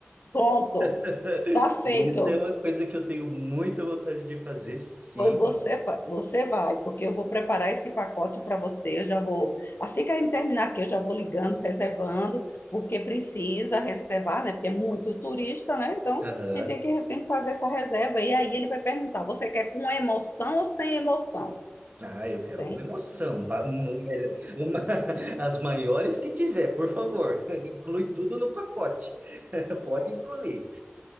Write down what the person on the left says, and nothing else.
Pronto,
tá feito.
Foi você, vai- você vai, porque eu vou preparar esse pacote para você. Eu já vou, assim que a gente terminar aqui, eu já vou ligando, reservando, porque precisa reservar, né? Porque é muito turista, né? Então,
a gente tem que, tem que fazer essa reserva. E aí ele vai perguntar: você quer com emoção ou sem emoção?
Tem